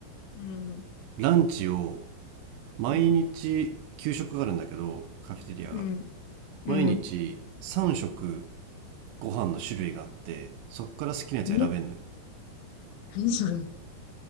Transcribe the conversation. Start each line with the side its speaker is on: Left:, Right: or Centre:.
Left: うん。
Right: ランチを、毎日、
Left: うん。
Right: 給食があるんだけど、カフェテリアが。
Left: うん。うん。
Right: 毎日、3食、ご飯の種類があって、そっから好きなやつ選べんのよ。
Left: え何それ